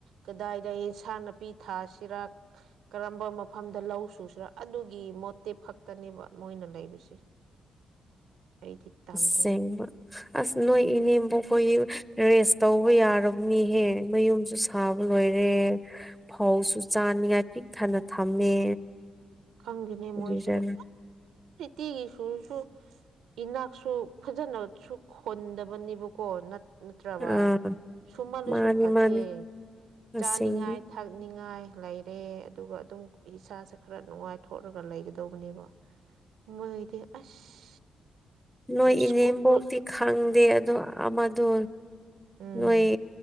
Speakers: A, on the right; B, in the centre.
A: ꯀꯗꯥꯏꯗ ꯑꯦꯟꯁꯥꯡ ꯅꯥꯄꯤ ꯊꯥꯁꯤꯔ ꯀꯔꯝꯕ ꯃꯐꯝꯗ ꯂꯧ ꯁꯨꯁꯤꯔꯥ ꯑꯗꯨꯒꯤ ꯃꯣꯇꯤꯞ ꯈꯛꯇꯅꯦꯕ ꯃꯣꯏꯅ ꯂꯩꯕꯁꯦ
B: <inaudible>
A: ꯑꯩꯗꯤ ꯇꯜꯂꯦ
B: ꯑꯁꯦꯡꯕ ꯑꯁ ꯅꯣꯏ ꯏꯅꯦꯝꯕꯣꯛꯈꯣꯏ ꯔꯦꯁ ꯇꯧꯕ ꯌꯥꯔꯕꯅꯤꯍꯦ ꯃꯌꯨꯝꯁꯨ ꯁꯥꯕ ꯂꯣꯏꯔꯦ ꯐꯧꯁꯨ ꯆꯥꯅꯤꯡꯉꯥꯏ ꯄꯤꯛ ꯊꯥꯟꯅ ꯊꯝꯃꯦ
A: ꯈꯪꯗꯦꯅꯦ
B: ꯀꯔꯤꯔ
A: ꯃꯣꯏꯁꯨ ꯑꯗꯨꯛ ꯅꯨꯡꯇꯤꯒꯤ ꯁꯨꯔꯁꯨ ꯏꯅꯥꯛꯁꯨ ꯐꯖꯅꯁꯨ ꯈꯨꯟꯗꯕꯅꯦꯕꯀꯣ ꯅꯠꯇ꯭ꯔꯕ
B: ꯑꯥ
A: ꯁꯨꯃꯜꯂꯁꯨ
B: ꯃꯥꯅꯤ
A: ꯐꯠꯇꯦ
B: ꯃꯥꯅꯤ ꯑꯁꯦꯡꯕ
A: ꯆꯥꯅꯤꯡꯉꯥꯏ ꯊꯛꯅꯤꯡꯉꯥꯏ ꯂꯩꯔꯦ ꯑꯗꯨꯒ ꯑꯗꯨꯝ ꯏꯁꯥꯁꯦ ꯈꯔ ꯅꯨꯡꯉꯥꯏꯊꯣꯛꯂꯒ ꯂꯩꯒꯗꯧꯕꯅꯦꯕ ꯃꯣꯏꯗꯤ ꯑꯁ
B: ꯅꯣꯏ ꯏꯅꯦꯝꯕꯣꯛꯇꯤ
A: ꯁ꯭ꯀꯨꯜ
B: ꯈꯪꯗꯦ ꯑꯗꯣ ꯑꯃꯗꯣ
A: ꯎꯝ
B: ꯅꯣꯏ